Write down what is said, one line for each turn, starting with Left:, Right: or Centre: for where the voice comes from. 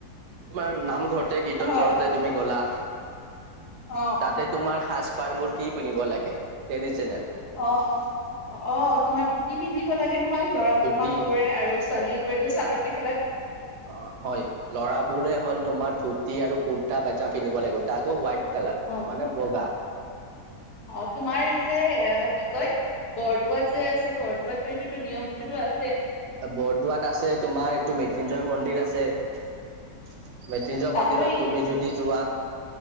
Right: তোমাৰ নামঘৰতে, কীৰ্তন
Left: হয়
Right: ঘৰতে তুমি গ'লা
Left: অ
Right: তাতে তোমাৰ সাজ-পাৰবোৰ কি পিন্ধিব লাগে ট্ৰেডিচনেল?
Left: অ অ তোমাৰ ধুতি পিন্ধিব লাগে নহয় ল'ৰা
Right: ধুতি
Left: মানুহবোৰে আৰু ছোৱালীবোৰেটো চাদৰ মেখ
Right: অ হয়, লৰাবোৰে হ'ল তোমাৰ ধুতি আৰু কুৰ্তা পাইজা পিন্ধিব লাগিব তাকো হোৱাইট কালাৰ
Left: অ,
Right: মানে বগা
Left: অ তোমাৰ যে এ কি কয় বৰদোৱাত যে আছে, বৰদোৱাত সেইটোতো নিয়মটোতো আছ
Right: বৰদোৱাত আছে, তোমাৰ এইটো মৃত্যুঞ্জয় মন্দিৰ আছে মৃত্যুঞ্জয়
Left: তাতো
Right: মন্দিৰত
Left: এই-
Right: তুমি
Left: উম,
Right: যদি যোৱা